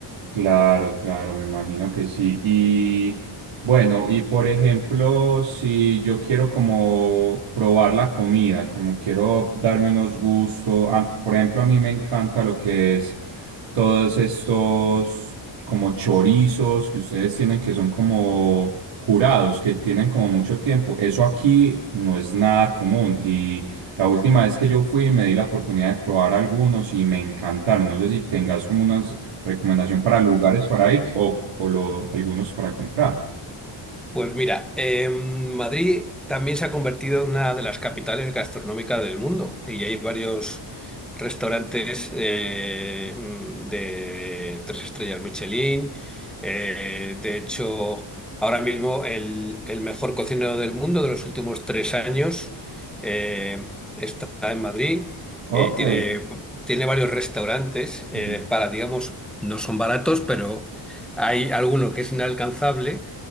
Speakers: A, on the right (about 80°); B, in the centre.
A: Claro, claro, me imagino que sí. Y bueno, y por ejemplo, si yo quiero como probar la comida, como quiero darme unos gustos, a- por ejemplo, a mí me encanta lo que es todos estos como chorizos que ustedes tienen que son como curados, que tienen como mucho tiempo. Eso aquí no es nada común y la última vez que yo fui me di la oportunidad de probar algunos y me encantaron. No sé si tengas como unas Recomendación para lugares para ir o, o lo- algunos para comprar.
B: Pues mira, eh, Madrid también se ha convertido en una de las capitales gastronómicas del mundo y hay varios restaurantes eh, de tres estrellas Michelin. Eh, de hecho, ahora mismo el, el mejor cocinero del mundo de los últimos tres años eh, está en Madrid.
A: Ok.
B: Eh, tiene, tiene varios restaurantes eh,
A: Ujú.
B: para, digamos, no son baratos, pero hay alguno que es inalcanzable